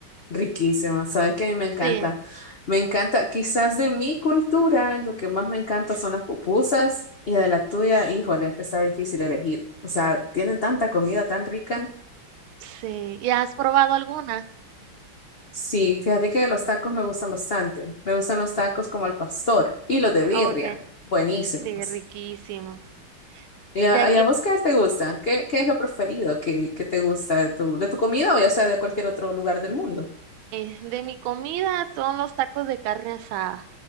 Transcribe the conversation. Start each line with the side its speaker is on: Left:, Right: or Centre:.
Left: Riquísimo. Sabes que a mí me encanta.
Right: Sí,
Left: Me encanta, quizás de mi cultura, lo que más me encanta son las pupusas y de la tuya, híjole, es que está difícil elegir. O sea, tienen tanta comida tan rica.
Right: sí. ¿Y has probado alguna?
Left: Sí, fíjate que los tacos me gustan bastante. Me gustan los tacos como al pastor y los de birria.
Right: Ok,
Left: Buenísimos.
Right: sí, riquísimo.
Left: ¿Y a,
Right: De aquí
Left: y a vos qué te gusta? ¿Qué, qué es lo preferido que, que te gusta de tu, de tu comida o ya sea de cualquier otro lugar del mundo?
Right: Eh, de mi comida son los tacos de carne asada.